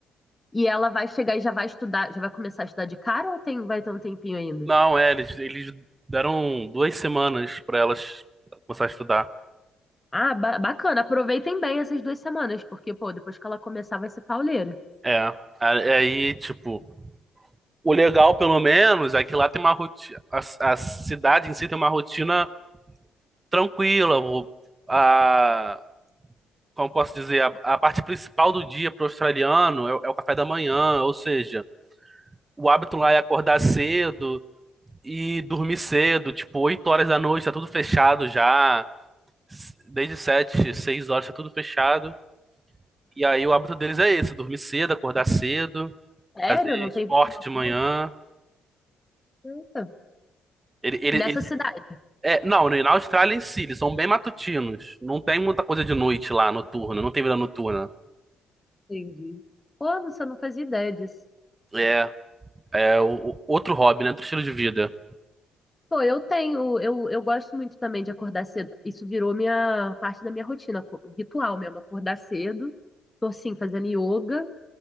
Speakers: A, on the left; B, on the right.
A: E ela vai chegar e já vai estudar, já vai começar a estudar de cara ou tem, vai ter um tempinho ainda?
B: Não, é, eles, eles deram duas semanas pra elas começar a estudar.
A: Ah, ba- bacana. Aproveitem bem essas duas semanas, porque, pô, depois que ela começar vai ser pauleira.
B: É. a- Aí, tipo, o legal, pelo menos, é que lá tem uma rotina. A, a cidade em si tem uma rotina tranquila. o- A, como posso dizer, a, a parte principal do dia para o australiano é, o- é o café da manhã, ou seja, o hábito lá é acordar cedo e dormir cedo, tipo, 8 horas da noite, tá tudo fechado já, s- desde 7 6 horas tá tudo fechado. E aí o hábito deles é esse, dormir cedo, acordar cedo,
A: Sério?
B: fazer
A: Não
B: esporte
A: tem vida noturna?
B: de manhã.
A: Eita.
B: Ele, ele,
A: Nessa
B: eles-
A: cidade,
B: é, não, né, na Austrália em si, eles são bem matutinos. Não tem muita coisa de noite lá, noturna, não tem vida noturna.
A: entendi. Pô, não, você não fazia ideia disso.
B: É, é o, o- outro hobby, né? Outro estilo de vida.
A: Pô, eu tenho, eu, eu gosto muito também de acordar cedo. Isso virou minha parte da minha rotina, co- ritual mesmo, acordar cedo. Tô assim, fazendo yoga